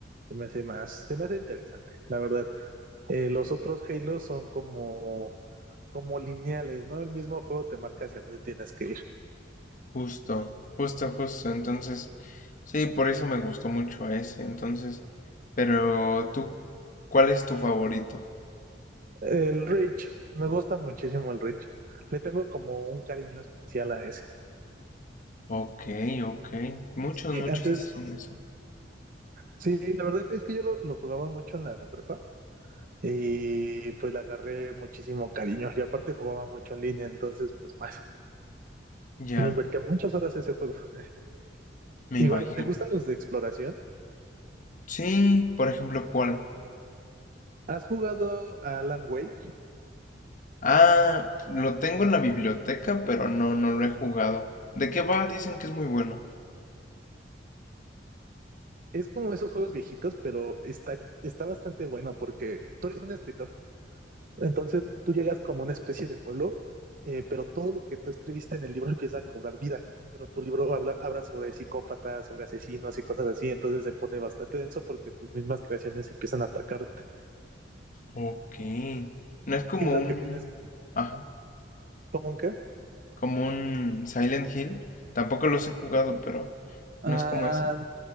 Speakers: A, on the right (about 50°); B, on the left (about 45°).
A: Se me hace más, se me hace interesante, la verdad. Eh, los otros Halo son como, como lineales, ¿no? El mismo juego te marca hacia dónde tienes que ir.
B: justo, justo, justo. Entonces, sí, por eso me gustó mucho ese. Entonces, pero tú, ¿cuál es tu favorito?
A: El Reach, me gusta muchísimo el Reach. Le tengo como un cariño especial a ese.
B: Ok, ok. Muchos,
A: Eh,
B: muchos
A: Antes,
B: Era dicen eso.
A: sí, la verdad es que yo lo, lo jugaba mucho en la prepa y pues le agarré muchísimo cariño. Y aparte jugaba mucho en línea, entonces pues más.
B: Ya,
A: Le invertí muchas horas a ese juego. <laughs>
B: me
A: Igual,
B: imagino.
A: ¿te gustan los de exploración?
B: Sí, por ejemplo, ¿cuál?
A: ¿Has jugado a Alan Wake?
B: Ah, lo tengo en la biblioteca, pero no, no lo he jugado. ¿De qué va? Dicen que es muy bueno.
A: Es como esos juegos viejitos, pero está, está bastante bueno porque tú eres un escritor. Entonces tú llegas como una especie de pueblo, eh, pero todo lo que tú escribiste en el libro <laughs> empieza a cobrar vida. Pero tu libro habla, habla sobre psicópatas, sobre asesinos y cosas así. Entonces se pone bastante denso porque tus mismas creaciones empiezan a atacarte.
B: Ok. No es como
A: Y lo
B: un...
A: que tienes
B: Ajá,
A: ¿Cómo un qué?
B: como un Silent Hill. Tampoco los he jugado, pero no
A: Ah,
B: es como ese.